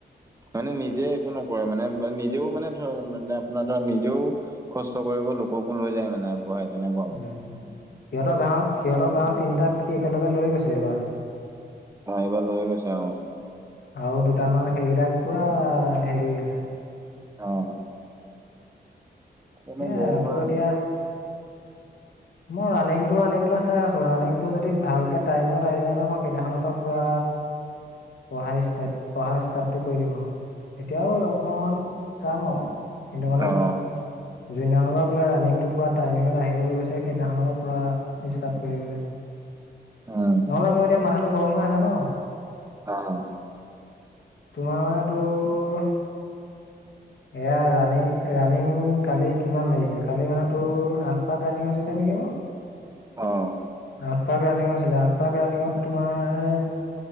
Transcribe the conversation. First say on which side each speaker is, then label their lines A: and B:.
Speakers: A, on the right (about 20°); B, on the left (about 70°).
A: মানে নিজে একো নকৰে মানে নিজেও মানে ধৰ মানে আপোনাৰ ধৰক নিজেও কষ্ট কৰি ব লোককো লৈ যায় মানে আগবঢ়াই। তেনেকুৱা মানে
B: সিহঁতৰ গাঁৱৰ, সিহঁতৰ গাঁৱৰ তিনটাক সি একেলগে লৈ গৈছে এইবাৰটো।
A: অ', এইবাৰ লৈ গৈছে অ'।
B: আৰু দুটা মান সেইকেইটাক পুৰা হেৰি কৰি আছে।
A: অঁ। তেনেকে
B: এ
A: এইবাৰ
B: তোৰ এতিয়া
A: আপোনাৰ
B: মই ৰানিংটো <unintelligible> চাই আছো। ৰানিংটো যদি ভালকে টাইমিঙত আহি যায় ন, মই সেইদিনাখনৰ পৰা পুৰা পঢ়া ষ্টাৰ্ট, পঢ়া ষ্টাৰ্টটো কৰি দিম আও। এতিয়াও বাৰু অকমান অকমান চাম আও কিন্তু মানে
A: অ
B: জুনিয়া বা পৰা বোলে ৰানিংটো পুৰা টাইমিঙত আহিবলৈ লৈছে। সেইদিনাখনৰ পৰা পুৰা ষ্টাৰ্ট কৰি দিব লাগিব।
A: উম
B: নহলে মোৰ এতিয়া মাথাটো গৰম হৈ আছে ন।
A: অহ।
B: তোমাৰ মানে তোৰ এয়া ৰানিং-ৰানিং কালি কিমান লাগিছে, কালি মানে তোৰ আঠ পাক ৰানিং হৈছিলে নেকি মোৰ।
A: অঁ।
B: আঠ পাক ৰানিং হৈছিলে। আঠ পাক ৰাণিঙত তোমাৰ